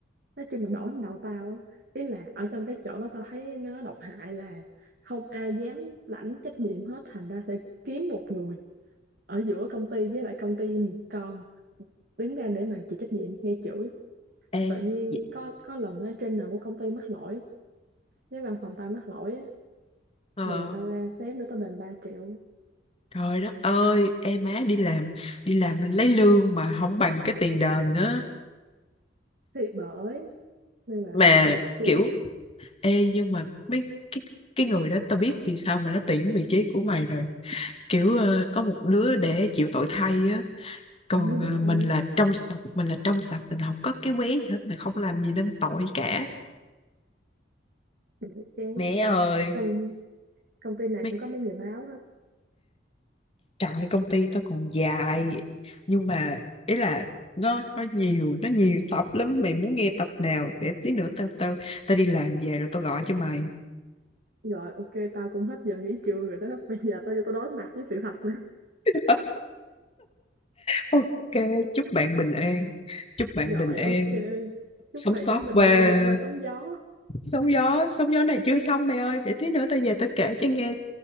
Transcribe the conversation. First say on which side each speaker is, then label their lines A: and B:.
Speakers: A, on the right (about 60°); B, on the left (about 35°).
A: nói chung là đổ lên đầu tao á. ý là ở trong cái chỗ đó tao thấy nó độc hại là không ai dám lãnh trách nhiệm hết thành ra sẽ kiếm một người ở giữa công ty với lại công ty con đứng ra để mà chịu trách nhiệm nghe chửi
B: ê
A: tự nhiên
B: dạ.
A: có có lần á, trainer của công ty mắc lỗi với văn phòng tao mắc lỗi á,
B: ờ
A: đè tao ra sếp nữa tao đền ba triệu
B: Trời đất ơi, em má đi làm, đi làm mình lấy lương mà không bằng cái tiền đền nữa.
A: thì bởi nên là
B: Mà
A: thôi chán
B: kiểu, ê nhưng mà mấy cái cái người đó tao biết vì sao mà nó tuyển vị trí của mày rồi. Kiểu ờ, có một đứa để chịu tội thay á, còn
A: ừ,
B: ờ,
A: đúng
B: mình
A: rồi
B: là trong sạch, mình là trong sạch, mình không có cái quế gì hết, mình không làm gì nên tội cả.
A: bởi chán
B: Mẹ ơi,
A: công công ty nào
B: mấy
A: cũng có mấy người báo hết
B: Trời ơi, công ty tao còn dài nhưng mà ý là nó nó nhiều nó nhiều tập lắm mày muốn nghe tập nào để tí nữa tao tao tao đi làm về rồi tao gọi cho mày
A: rồi ok tao cũng hết giờ nghỉ trưa rồi đó bây giờ tao vô tao đối mặt với sự thật nữa
B: <laughs> ok chúc bạn bình an chúc bạn
A: rồi
B: bình an
A: ok chúc
B: sống
A: mày
B: sót
A: cũng bình
B: qua
A: an vượt qua sóng gió
B: sóng gió sóng gió này chưa xong mày ơi để tí nữa tao về tao kể cho nghe